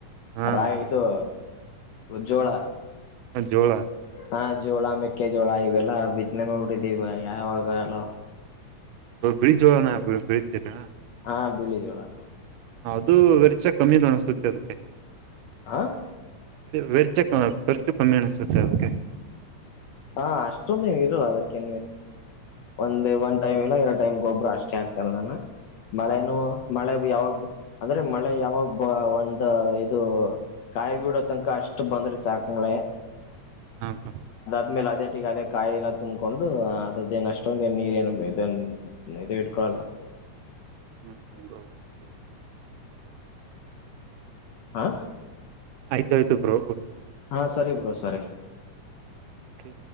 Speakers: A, on the right; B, on the left.
A: ಹಾ
B: ರಾಯ್
A: ಬ್ರೋ
B: ಇದು ಜೋಳ..
A: ಹ ಜೋಳ.
B: ಹಾ ಜೋಳ ಮೆಕ್ಕೆಜೋಳ ಇವೆಲ್ಲ ಬಿದ್ದ್ನೆ ಮಾಡ್ಬಡಿದ ಇವ ಯಾವಾಗ ಹಲೋ.
A: ಬ್ರಿಜೋಳೋಣ ಬಳೀತಿರ..
B: ಹಾ ಬಿಳಿಜೋಳ..
A: ಅದು ವೆರ್ಚ ಕಮ್ಮಿ ಅಣಸುತ್ತೆ ಅದಕ್ಕೆ.
B: ಹ
A: ಖರ್ಚ ರ್ಚು ಕಮ್ಮಿಾಣಿಸುತ್ತೆ ಅವದೆ.
B: ಹಾ ಅಷ್ಟೊಂದ ಇರಲ್ಲ ಅದಕ್ಕೆ ಒಂದ ಒನ್ ಟೈಮ್ ಇಲ್ಲ ಎರಡು.. ಟೈಮ್ ಗೊಬ್ರು ಅಷ್ಟೇ ಆಗ್ತಾರದ ಮಳೆನು ಮಳೆ ಯಾವಾಗ.. ಅಂದ್ರೆ ಮಳೆ ಯಾವಾಗ ಬ ಒಂದ ಇದು ಕಾಯಿಬಡೋ ತನಕ ಅಷ್ಟ್ ಬಂದ್ರೆ ಸಾಕ. ಹಕೇ.
A: ಹ ಬರ.
B: ಆದ್ಮೇಲೆ ಅದೇ ಟೀಗ ಅದೇ ಕಾಯಿ ಎಲ್ಲ ತುಂಬ್ಕೊಂಡು ಅದ ಏನ್ ಅಷ್ಟೊಂದ ನೀರ ಏನು ಇದ ಇದು ಇಟ್ಕೊಳಲ್ಲ
A: ಹ್ಮ ಆಯತ
B: ಹಾ
A: ಆಯ್ತುಯ್ು ಬ್ರ ಕೆ
B: ಹಾ ಸರಿ ಬ್ರೋ ಸರಿ
A: ಕಿ.